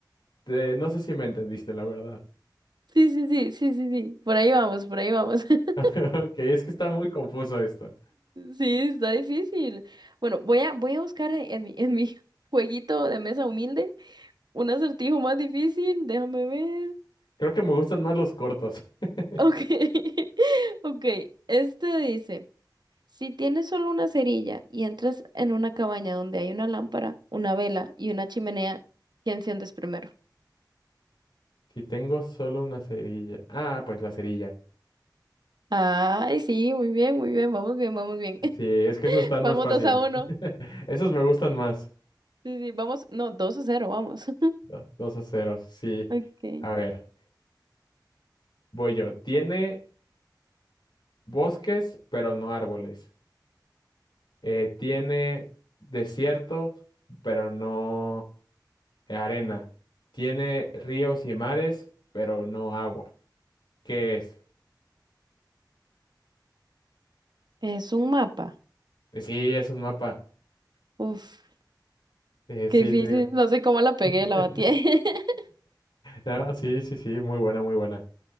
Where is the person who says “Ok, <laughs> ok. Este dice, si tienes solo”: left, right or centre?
Right